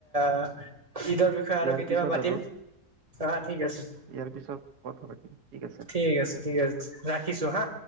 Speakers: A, on the right; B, on the right.
A: <inaudible> ঈদৰ বিষয়ে আৰু
B: ইয়াৰ
A: কেতিয়াবা
B: পিছত
A: পাতিম
B: আৰু
A: অ ঠিক আছে
B: ইয়াৰ পিছত কথা পাতিম আছে
A: ঠিক আছে ঠিক আছে ৰাখিছো হা